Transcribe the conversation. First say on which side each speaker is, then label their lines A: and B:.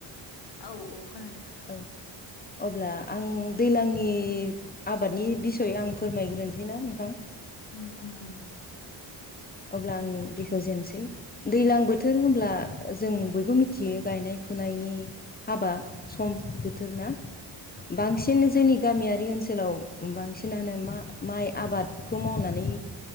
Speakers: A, on the left; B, on the left.
A: औ औ खोनादों।
B: औ। अब्ला आं दैज्लांनि आबादनि बिसय आं फोरमायग्रोनोसैना नोंथां।
A: उम उम।
B: अब्ला आं बिखेवजेननोसै दैज्लां बोथोर होनब्ला जों बयबो मिथियो गायनाय फुनायनि हाबा सम बोथोर ना बांसिन
A: औ
B: जोंनि गामियारि ओनसोलाव बांसिनानो मा माइ आबादखौ मावनानै